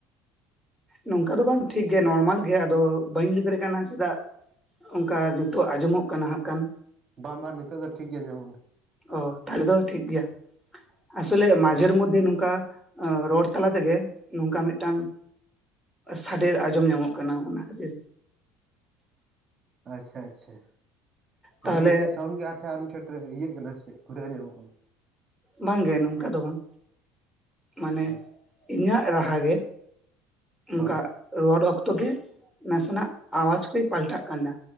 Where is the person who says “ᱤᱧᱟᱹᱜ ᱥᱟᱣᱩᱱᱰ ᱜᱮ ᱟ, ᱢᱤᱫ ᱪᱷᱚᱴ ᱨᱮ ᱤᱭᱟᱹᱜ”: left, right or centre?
Right